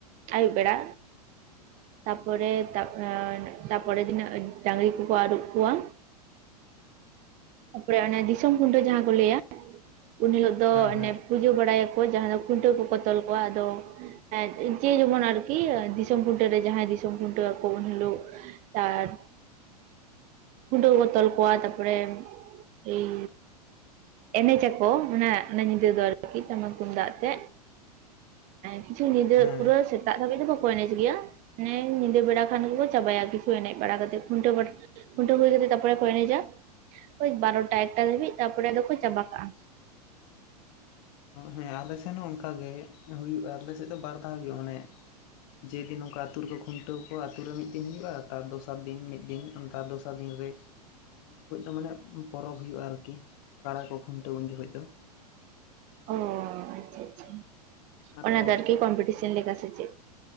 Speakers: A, on the right; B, on the left.
A: ᱟᱹᱭᱩᱵ ᱵᱮᱲᱟ᱾ ᱛᱟᱯᱚᱨᱮ ᱛᱟᱯ ᱮᱸ ᱛᱟᱯᱚᱲᱮ ᱫᱤᱱᱚᱜ ᱰᱟᱝᱨᱤ ᱠᱚᱠᱚ ᱟᱹᱨᱩᱵ ᱠᱚᱣᱟ᱾ ᱛᱟᱯᱚᱰᱮ ᱚᱱᱮ ᱫᱤᱥᱚᱢ ᱠᱷᱩᱱᱴᱟᱹᱣ ᱡᱟᱦᱟᱸ ᱠᱚ ᱞᱟᱹᱭᱟ ᱩᱱ ᱦᱤᱞᱳᱜ ᱫᱚ ᱚᱱᱮ
B: ᱦᱮᱸ
A: ᱯᱩᱡᱟᱹ ᱵᱟᱲᱟᱭᱟᱠᱚ ᱡᱟᱦᱟᱸ ᱫᱚ ᱠᱷᱩᱱᱴᱟᱹᱣ ᱠᱚᱠᱚ ᱛᱚᱞ ᱠᱚᱣᱟ ᱟᱫᱚ ᱦᱮᱸ ᱡᱮ ᱡᱮᱢᱚᱱ ᱟᱨᱠᱤ ᱫᱤᱥᱚᱢ ᱠᱷᱩᱱᱴᱟᱹᱣ ᱨᱮ ᱡᱟᱦᱟᱸᱭ ᱫᱤᱥ ᱡᱮᱢᱚᱱ ᱠᱷᱩᱱᱴᱟᱹᱣᱠᱷᱚᱱ ᱦᱤᱞᱳᱜ ᱛᱟᱨ ᱠᱷᱩᱱᱰᱟᱹᱣ ᱠᱚ ᱛᱚᱞ ᱠᱚᱣᱟ ᱛᱟᱯᱚᱨᱮ ᱮᱭ ᱮᱱᱮᱡ ᱟᱠᱚ ᱢᱟᱱᱮ ᱚᱱᱟ ᱧᱤᱫᱟᱹ ᱫᱚ ᱟᱨᱠᱤ ᱴᱟᱢᱟᱠ ᱛᱩᱢᱫᱟᱜ ᱛᱮ ᱠᱤᱪᱷᱩ ᱧᱤᱫᱟᱹ
B: ᱦᱮᱸ
A: ᱯᱩᱨᱟᱹ ᱥᱮᱛᱟᱜ ᱫᱷᱟᱹᱵᱤᱡ ᱫᱚ ᱵᱟᱠᱚ ᱮᱱᱮᱡ ᱜᱮᱭᱟ ᱾ ᱦᱮᱸ ᱧᱤᱫᱟᱹ ᱵᱮᱲᱟ ᱠᱷᱟᱱ ᱜᱮ ᱠᱚ ᱪᱟᱵᱟᱭᱟ ᱠᱤᱪᱷᱩ ᱮᱱᱮᱡ ᱵᱟᱲᱟ ᱠᱟᱛᱮ ᱠᱷᱩᱱᱴᱟᱹᱣ ᱵᱟᱲᱟ ᱠᱷᱩᱱᱴᱟᱹᱣ ᱦᱩᱭ ᱠᱟᱛᱮ ᱛᱟᱨᱯᱚᱨᱮ ᱮᱱᱮᱡᱟ ᱳᱭ ᱵᱟᱨᱚᱴᱟ ᱮᱠᱴᱟ ᱫᱷᱟᱹᱵᱤᱡ ᱛᱟᱨᱯᱚᱨᱮ ᱟᱫᱚ ᱠᱚ ᱪᱟᱵᱟ ᱠᱟᱜᱼᱟ᱾
B: ᱦᱮᱸ ᱟᱞᱮ ᱥᱮᱱ ᱦᱚᱸ ᱚᱱᱠᱟ ᱜᱮ ᱦᱩᱭᱩᱜᱼᱟ ᱟᱞᱮ ᱥᱮᱫ ᱫᱚ ᱵᱟᱨ ᱫᱷᱟᱣ ᱦᱩᱭᱩᱜᱼᱟ ᱢᱟᱱᱮ ᱡᱮ ᱫᱤᱱ ᱱᱚᱝᱠᱟ ᱟᱛᱩ ᱨᱮ ᱠᱚ ᱠᱷᱩᱱᱴᱟᱹᱣ ᱠᱚᱣᱟ ᱟᱛᱩ ᱨᱮ ᱢᱤᱫᱤᱱ ᱦᱩᱭᱩᱜᱳᱜᱼᱟ ᱛᱟᱨ ᱫᱚᱥᱟᱨ ᱫᱤᱱ ᱢᱤᱫ ᱫᱤᱱ ᱚᱱᱠᱟ ᱫᱚᱥ ᱵᱚᱥᱟ ᱫᱤᱱ ᱨᱮ ᱩᱱ ᱡᱚᱠᱷᱚᱡ ᱫᱚ ᱢᱟᱱᱮ ᱯᱚᱨᱚᱵᱽ ᱦᱩᱭᱩᱜᱼᱟ ᱟᱨᱠᱤ ᱠᱟᱲᱟ ᱠᱚ ᱠᱷᱩᱱᱴᱟᱹᱣ ᱩᱱ ᱡᱚᱠᱷᱚᱱ ᱫᱚ
A: ᱚ ᱟᱪᱪᱷᱟ ᱟᱪᱪᱷᱟ
B: ᱟᱨᱚ
A: ᱚᱱᱟ ᱫᱚ ᱟᱨᱠᱤ ᱠᱚᱢᱯᱤᱴᱤᱥᱚᱱ ᱞᱮᱠᱟ ᱥᱮ ᱪᱮᱫ?